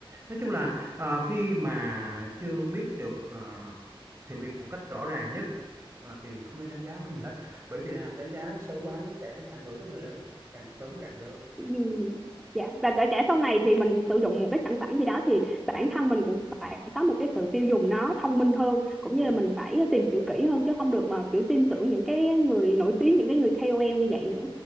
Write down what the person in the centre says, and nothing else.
Ừ, Dạ và kể cả sau này thì mình sử dụng một cái sản phẩm gì đó thì bản thân mình cũng phải có một cái sự tiêu dùng nó thông minh hơn cũng
như là
mình phải tìm hiểu kỹ hơn chứ không được mà kiểu tin tưởng những cái người nổi tiếng những cái người KOL như vậy nữa